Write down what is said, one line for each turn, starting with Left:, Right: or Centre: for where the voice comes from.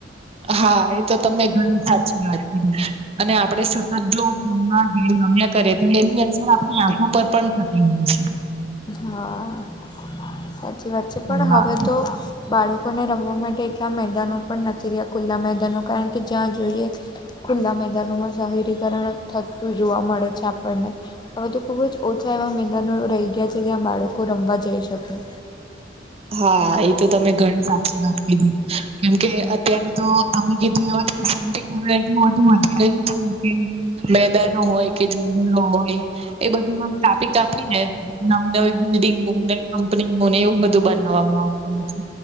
Right: હા, એતો તમે ઘણી સાચી વાત કીધી. અને આપડે સતત જો ફોનમાં ગેમ રમ્યા કરીએ તો એની અસર આપણી આંખો પર પણ થતી હોય છે.
Left: હા, સાચી વાત છે પણ
Right: હા
Left: હવે તો બાળકોને રમ વા માટે એટલા મેદાનો પણ નથી રહ્યા ખુલ્લા મેદાનો કારણકે જ્યાં જોઈએ ખુલ્લા મેદાન મેદાનોમાં શહેલીકરણ થતું જોવા મળે છે આપણને હવે તો ખૂબજ ઓછા એવાં મેદાનો રહી ગયા છે જ્યાં બાળકો રમવા જઈ શકે.
Right: હા, એતો તમે ઘણી સાચી વાત કીધી કેમકે અત્યારે તો તમે કીધું આ વત <unintelligible> એટલું બધું વધી ગયું છો ને કે મેદાનો હોય કે જંગલો હોય એ બધું આમ કાપી કાપ ની ને નવી નવી બિલ્ડિંગ કંપની બ એવું બધું બનાવવામાં આવતું હોય છે.